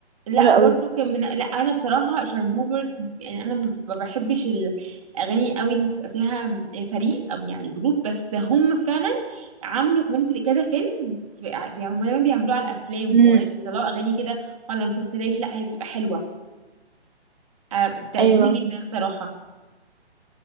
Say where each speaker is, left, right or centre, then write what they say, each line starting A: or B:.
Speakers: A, on the right; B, on the right.
A: لا
B: حلوه
A: وبرده
B: قوي
A: كان من لا انا بصراحه شارموفرز يعني انا ما بحبش الاغاني قوي اللي بتبقى فيها فريق او يعني جروب بس هم فعلا عملوا كمان في كذا فيلم في... يعني هم دايما بيعملوه على افلام
B: امم
A: وغ- ويطلعوا اغاني كده وعلى مسلسلات لا هي بتبقى حلوه آه، بتعجبني
B: ايوه
A: جدا صراحه